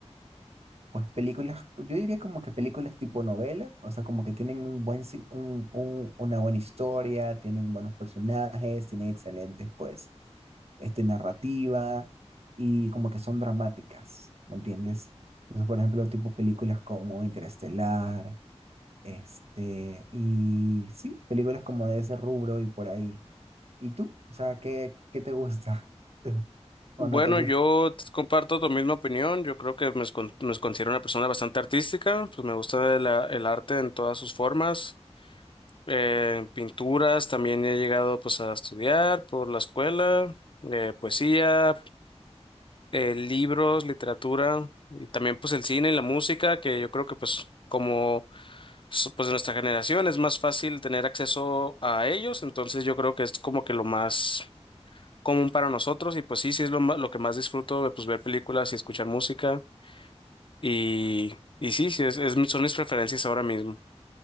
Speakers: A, on the right; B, on the left.
A: Pues películas, yo diría como que películas tipo novela, o sea, como que tienen un buen, si- un, un- una buena historia, tienen buenos personajes, tienen excelentes, pues, este, narrativa y como que son dramáticas, ¿me entiendes? Entonces, por ejemplo, tipo películas como Interestelar, este, y sí, películas como de ese rubro y por ahí. ¿Y tú? O sea, ¿qué, qué te gusta? <laughs> ¿O
B: Bueno,
A: no te gusta?
B: yo t- comparto tu misma opinión. Yo creo que me, con- me considero una persona bastante artística. Pues me gusta el, a- el arte en todas sus formas. Eh, pinturas también he llegado pues a estudiar por la escuela, eh, poesía, eh, libros, literatura y también pues el cine y la música que yo creo que pues como s- pues de nuestra generación es más fácil tener acceso a ellos, entonces yo creo que es como que lo más común para nosotros y pues sí, sí es lo, ma- lo que más disfruto, pues ver películas y escuchar música y, y sí, sí es, es mi- son mis preferencias ahora mismo.